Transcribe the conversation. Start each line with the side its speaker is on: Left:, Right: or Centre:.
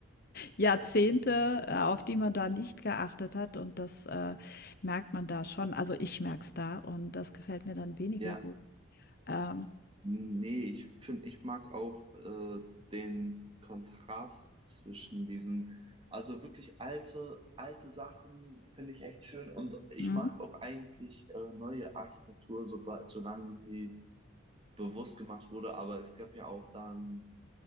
Left: Jahrzehnte, äh, auf die man da nicht geachtet hat und das äh, merkt man da schon. Also, ich merke es da und das gefällt mir dann weniger
Right: ja.
Left: gut. Ähm,
Right: Nee, ich finde, ich mag auch äh, den Kontrast zwischen diesen, also wirklich alte, alte Sachen finde ich echt schön und ich
Left: Mhm.
Right: mag auch eigentlich äh, neue Architektur, sobald, solange sie bewusst gemacht wurde, aber es gab ja auch dann,